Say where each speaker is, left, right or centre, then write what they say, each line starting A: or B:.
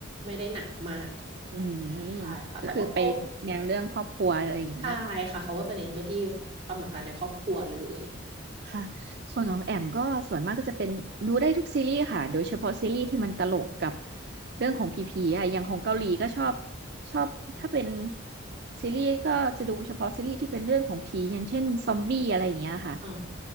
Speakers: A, on the right; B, on the right.
A: ไม่ได้หนักมาก
B: อืม
A: ใช่ค่ะแต่ว่าก็โอเค
B: ก็คือไปแนวเรื่องครอบครัวอะไรอย่างนี้
A: ใช่ค่ะเขาก็จะเน้นไปที่ความสัมพันธ์ในครอบครัวเลย
B: ค่ะส่วนของแอมก็ส่วนมากก็จะเป็นดูได้ทุกซีรีส์ค่ะโดยเฉพาะซีรีส์ที่มันตลกกับเรื่องของผีๆอ่ะอย่างของเกาหลีก็ชอบชอบถ้าเป็นซีรีส์ก็จะดูเฉพาะซีรีส์ที่เป็นเรื่องของผีอย่างเช่นซอมบี้อะไรอย่างเงี้ยค่ะ
A: อ๋อ